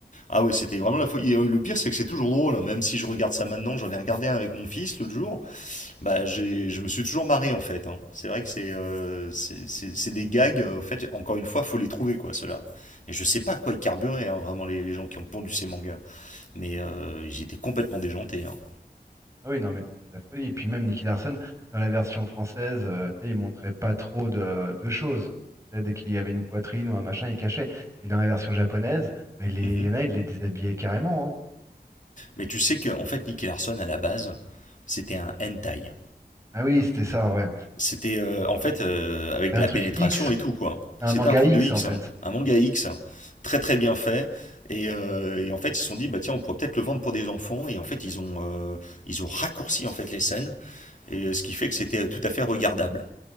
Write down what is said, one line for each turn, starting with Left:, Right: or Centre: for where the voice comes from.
Left: Ah ouais, c'était vraiment la folie. Et, euh, Le pire, c'est que c'est toujours drôle. hein. Même si je regarde ça maintenant, j'en ai regardé un avec mon fils l'autre jour. Bah, j'ai- je me suis toujours marré en fait. hein. C'est vrai que c'est euh, c'est c'est- c'est des gags. euh, en fait, encore une fois, faut les trouver quoi, ceux-là. Et je sais pas à quoi ils carburaient hein, vraiment les, les gens qui ont pondu ces mangas. Mais euh, j'étais complètement déjanté. hein.
Right: Ah oui, non mais c'était de la folie. Et puis même Nicky Larson, dans la version française, euh, tu sais, il montrait pas trop de, de choses. Tu sais, Dès qu'il y avait une poitrine ou un machin, il cachait. Et dans la version japonaise, bah, il les-
Left: Mhm.
Right: il y en a, il les déshabillait carrément, hein.
Left: Mais tu sais que en fait, Nicky Larson à la base, c'était un hentai.
Right: Ah oui, c'était ça, ouais.
Left: C'était euh, en fait euh, avec
Right: C'est
Left: de
Right: un
Left: la
Right: truc
Left: pénétration
Right: X,
Left: et tout quoi.
Right: un
Left: C'était
Right: manga
Left: un truc
Right: X
Left: de X,
Right: en fait.
Left: hein. un manga X, hein. très très bien fait. Et, euh, et en fait, ils se sont dit bah tiens, on pourrait peut-être le vendre pour des enfants. Et en fait, ils ont euh, ils ont raccourci en fait les scènes Et euh, ce qui fait que c'était tout à fait regardable,